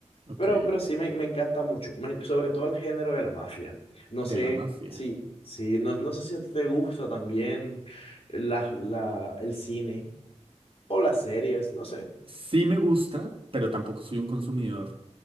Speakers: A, on the right; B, on the left.
A: ok.
B: Pero, pero sí me, me encanta mucho, me- sobre todo el género de la mafia. No sé
A: De la mafia.
B: si, si no, no sé si a ti te gusta también la, la, el cine o las series, no sé.
A: Sí me gusta, pero tampoco soy un consumidor